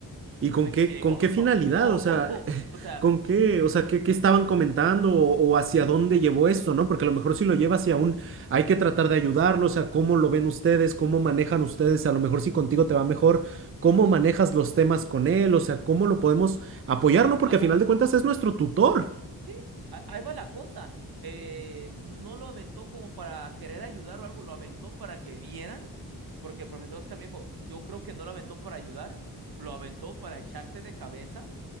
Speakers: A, on the right; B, on the right.
A: ¿Y con
B: Yo me
A: qué,
B: quedé así de,
A: con
B: wow,
A: qué finalidad?
B: <laughs> wow,
A: O sea, <laughs>
B: o sea,
A: ¿con qué? O sea, ¿qué, qué estaban comentando o, o hacia dónde llevó esto, ¿no? Porque a lo mejor si lo lleva hacia un, hay que tratar de ayudarlo, o sea, ¿cómo lo ven ustedes? ¿Cómo manejan ustedes? A lo mejor si contigo te va mejor, ¿cómo manejas los temas con él? O sea, ¿cómo lo podemos apoyar,
B: ahí,
A: ¿no?
B: va-
A: Porque
B: ahí
A: a
B: va
A: final
B: la
A: de
B: cosa.
A: cuentas es nuestro tutor.
B: Sí, a- ahí va la cosa. Eh, no lo aventó como para querer ayudar o algo, lo aventó para que vieran, porque el profesor Oscar me dijo, yo creo que no lo aventó para ayudar, lo aventó para echarte de cabeza,